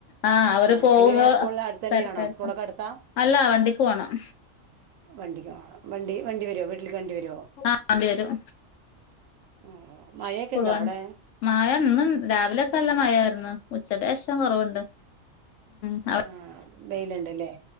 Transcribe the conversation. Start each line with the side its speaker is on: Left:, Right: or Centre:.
Left: ആഹ് അവര്
Right: ആ
Left: പോകുമ്പോ
Right: എങ്ങനെയാ സ്കൂളിൽ അടുത്ത് തന്നെയാണോ
Left: തിരക്കായിരിക്കും
Right: സ്കൂളക്കെടുത്താ
Left: അല്ല വണ്ടിക്ക് പോണം
Right: വണ്ടിക്കാ വണ്ടി വണ്ടി വരുവോ വീട്ടിലക്ക് വണ്ടി വരുവോ
Left: ആഹ് വണ്ടി വരും
Right: ആ
Left: <unintelligible>
Right: മഴയൊക്കെ ഉണ്ടോ അവിടെ
Left: മഴ ഇന്ന് രാവിലെ നല്ല മഴായിരുന്നു ഉച്ചക്കെഷം കുറവുണ്ട് ഉ
Right: ആഹ വെയില്ണ്ട്ല്ലേ